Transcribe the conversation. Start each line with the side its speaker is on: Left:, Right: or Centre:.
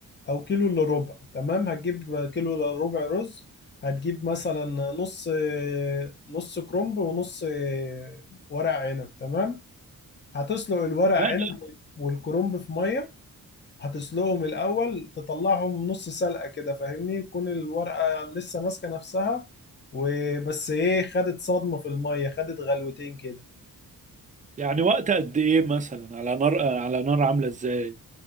Left: أو كيلو إلا ربع تمام هتجيب كيلو إلا ربع رز هتجيب مثلا نص نص كرنب ونص ورق عنب تمام هتسلق الورق
Right: ماشي
Left: عنب والكرنب في مية هتسلقهم الأول تطلعهم نص سلقة كده فاهمني تكون الورقة لسه ماسكة نفسها وبس إيه خدت صدمة في المية خدت غلوتين كده
Right: يعني وقت قد ايه مثلا على نار على نار عاملة ازاي